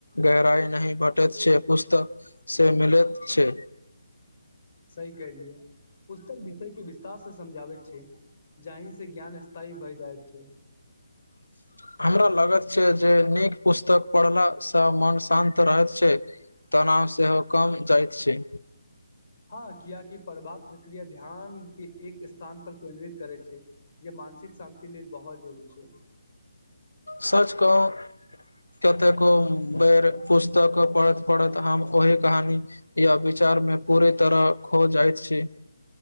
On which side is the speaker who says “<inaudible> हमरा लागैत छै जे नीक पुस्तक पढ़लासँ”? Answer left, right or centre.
Left